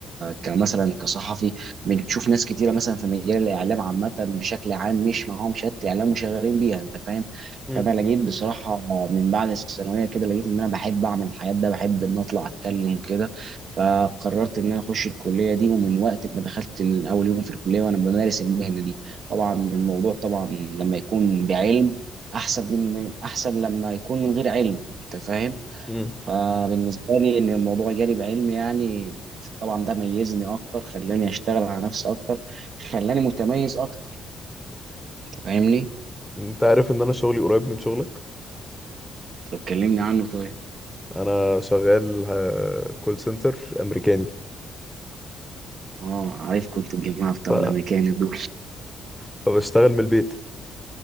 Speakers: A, on the right (about 60°); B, in the centre.
A: كمثلا كصحفي بنشوف ناس كتيرة مثلا في مجال الإعلام عامة بشكل عام مش معاهم شهادة الإعلام وشغالين بيها أنت فاهم
B: مم.
A: فأنا لقيت بصراحة من بعد الثانوية كده لقيت إن أنا بحب أعمل الحاجات ده بحب إن أطلع أتكلم كده فقررت ان انا اخش الكليه دي ومن وقت ما دخلت اول يوم في الكليه وانا بمارس المهنه دي طبعا الموضوع طبعا لما يكون بعلم احسن من من- احسن لما يكون من غير علم انت فاهم
B: مم.
A: فبالنسبه لي ان الموضوع جالي بعلم يعني طبعا ده ميزني اكتر خلاني اشتغل على نفسي اكتر خلاني متميز اكتر أنت فاهمني
B: انت عارف ان انا شغلي قريب من شغلك
A: طب كلمني عنه طيب
B: انا شغال كول سنتر امريكاني
A: اه عارف كنت الجماعه بتوع
B: ف...
A: الامريكان دول
B: فبشتغل من البيت